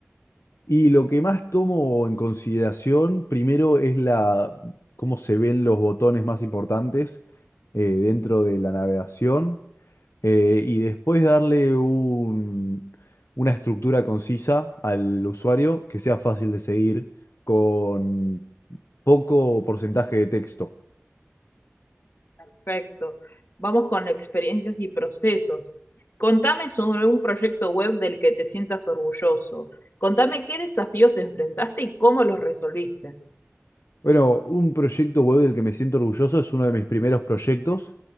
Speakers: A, on the left; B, on the left.
A: Y lo que más tomo en consideración primero es la, cómo se ven los botones más importantes eh, dentro de la navegación eh, y después darle un- una estructura concisa al usuario que sea fácil de seguir con poco porcentaje de texto.
B: Perfecto. Vamos con experiencias y procesos. Contame sobre un proyecto web del que te sientas orgulloso. Contame qué desafíos enfrentaste y cómo los resolviste.
A: Bueno, un proyecto web del que me siento orgulloso es uno de mis primeros proyectos,